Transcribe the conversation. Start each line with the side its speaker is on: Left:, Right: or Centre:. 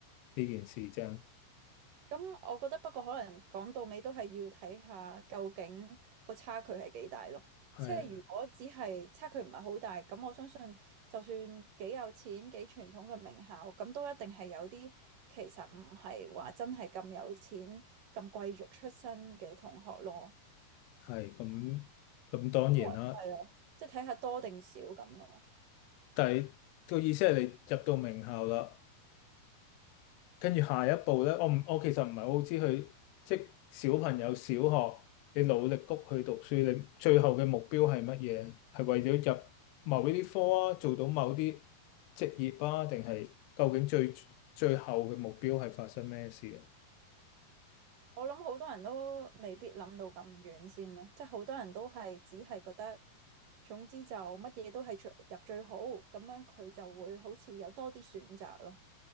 Left: 呢件事啫。
Right: 咁我覺得不過可能講到尾都係要睇下究竟個差距係幾大咯。即係如果只係差距唔係好大，
Left: 係
Right: 咁我相信就算幾有錢、幾傳統嘅名校，咁都一定係有啲其實唔係話真係咁有錢、咁貴族出身嘅同學咯。
Left: 係咁咁當然啦，
Right: 因為係啊，即係睇下多定少咁咯。
Left: 但係個意思係你入到名校啦。跟住下一步咧，我唔我其實唔係好知佢，即係小朋友小學你努力谷去讀書，你最後嘅目標係乜嘢？係為咗入某一啲科啊，做到某啲職業啊，定係究竟最最後嘅目標係發生咩事嘅？
Right: 我諗好多人都未必諗到咁遠先咯，即係好多人都係只係覺得，總之就乜嘢都係最入最好，咁樣佢就會好似有多啲選擇咯。